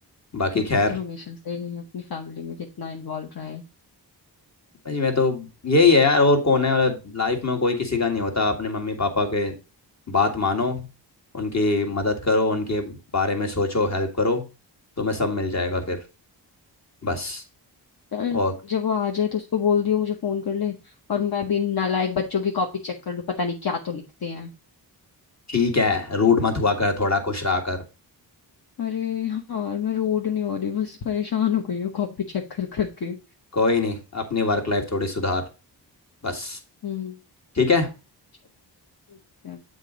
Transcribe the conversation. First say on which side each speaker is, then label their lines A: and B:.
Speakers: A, on the left (about 40°); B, on the left (about 55°).
A: बाकी
B: और
A: खैर
B: तू तो हमेशा से अपनी फैमिली में कितना इन्वॉल्व रहा है
A: भाई मैं तो यही है यार और कौन है मतलब लाइफ में कोई किसी का नहीं होता अपने मम्मी पापा के बात मानो उनकी मदद करो उनके बारे में सोचो हेल्प करो तुम्हें सब मिल जाएगा फिर बस
B: चल
A: और
B: जब वो आ जाए तो उसको बोल दियो मुझे फोन कर ले और मैं भी इन नालायक बच्चों की कॉपी चेक कर लूं पता नहीं क्या तो लिखते हैं
A: ठीक है रूड मत हुआ कर थोड़ा खुश रहा कर
B: अरे यार मैं रोड नहीं हो रही बस परेशान हो गई हूँ कॉपी चेक कर करके
A: कोई नहीं अपनी वर्क लाइफ थोड़ी सुधार बस
B: हम्म
A: ठीक है
B: चल, ठीक है